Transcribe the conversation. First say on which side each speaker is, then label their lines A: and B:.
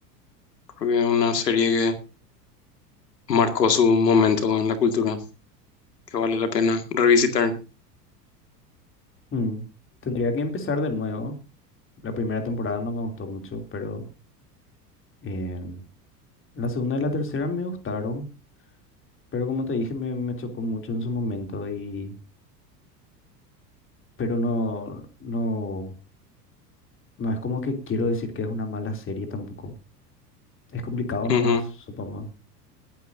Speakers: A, on the left; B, on the left.
A: Creo que es una serie que marcó su momento en la cultura, que vale la pena revisitar.
B: Mm, Tendría que empezar de nuevo. La primera temporada no me gustó mucho, pero em, la segunda y la tercera me gustaron, pero como te dije, me, me chocó mucho en su momento y... Pero no, no, no es como que quiero decir que es una mala serie tampoco. Es complicado nomás,
A: Ujú.
B: supongo.